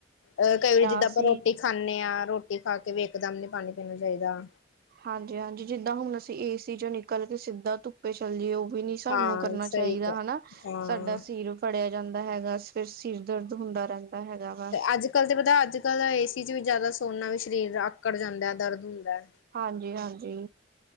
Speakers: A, on the left; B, on the right.
A: ਅਹ, ਕਈ ਵਾਰ ਜਿੱਦਾਂ
B: ਅਸੀਂ
A: ਆਪਾਂ ਰੋਟੀ ਖਾਂਨੇ ਆ, ਰੋਟੀ ਖਾਕੇ ਵੀ ਇਕ-ਦਮ ਨੀ ਪਾਣੀ ਪੀਣਾ ਚਾਹੀਦਾ।
B: ਹਾਂਜੀ-ਹਾਂਜੀ, ਜਿੱਦਾਂ ਹੁਣ ਅਸੀਂ ਏਸੀ'ਚੋਂ ਨਿਕਲ ਕੇ ਸਿੱਧਾ ਧੁੱਪ ਸਪੈਸ਼ਲ ਜੀ, ਉਹ ਵੀ ਨੀ ਸਾਨੂੰ
A: ਹਾਂ
B: ਕਰਨਾ
A: ਸਹੀ
B: ਚਾਹੀਦਾ
A: ਕਿਹਾ
B: ਹਨਾ,
A: ਹਾਂ
B: ਸਾਡਾ ਸੀਰ ਫੜ੍ਹਿਆ ਜਾਂਦਾ ਹੈਗਾ, ਫਿਰ ਸਿਰ ਦਰਦ ਹੁੰਦਾ ਰਹਿੰਦਾ। ਹੈਗਾ ਵਾ
A: ਅੱਜ-ਕੱਲ ਤੇ ਪਤਾ ਅੱਜ-ਕੱਲ ਦਾ ਏਸੀ'ਚ ਵੀ ਜ਼ਿਆਦਾ ਸੋਣ ਨਾਲ ਵੀ ਸਰੀਰ ਆਕੜ ਜਾਂਦਾ, ਦਰਦ ਹੁੰਦੈ।
B: ਹਾਂਜੀ-ਹਾਂਜੀ,